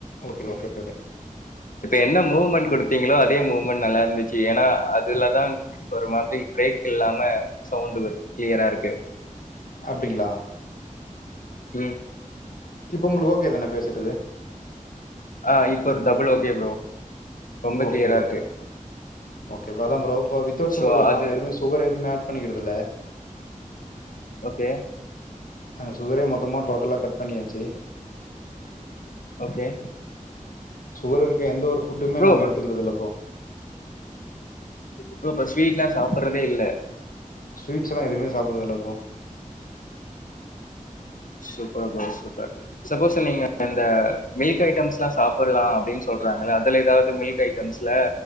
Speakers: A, on the left (about 90°); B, on the left (about 70°).
A: ஓகே ஓகே ஓகே
B: இப்ப என்ன மூவ்மெண்ட் கொடுத்தீங்களோ அது ந மூவ்மெண்ட் நல்லா இருந்துச்சு ஏன்னா அதுலதா ஒரு மாதிரி பிரேக் இல்லாம சவுண்ட் வ கிளியரா இருக்கு
A: அப்டிங்ளா
B: உம்
A: இப்ப ஒங்களுக்கு ஓகே தான பேசுறது
B: ஆ இப்ப டபுள் ஓ கே ப்ரோ ரொம்ப
A: ஓகே
B: கிளியரா
A: ஓகே
B: இருக்கு
A: ஓகே அதா ப்ரோ இப்போ வித்தௌட் சுகர்
B: சோ
A: தானா
B: அது
A: நம்ம எதுமே சுகர் எதுமே ஆட் பண்ணிக்கறுதில்ல
B: ஓகே
A: அ சுகரே மொத்தமா டோட்டலா கட் பண்ணியாச்சு
B: ஓகே
A: சுகர் இருக்க எந்த ஒரு ஃபுட்டுமே
B: ப்ரோ
A: நம்ம
B: ப்ரோ
A: எடுத்துக்குறது இல்ல இப்போ
B: ப்ரோ இப்ப ஸ்வீட்லா சாப்றதே இல்ல
A: ஸ்வீட்ஸ்லா எதுவுமே சாப்றது இல்ல bro
B: super bro super suppose நீங்க இந்த மில்க் ஐட்டம்ஸ்ல்லா சாப்டலா அப்டின்னு சொல்றாங்க அதுல ஏதாவது மில்க் ஐட்டம்ஸ்ல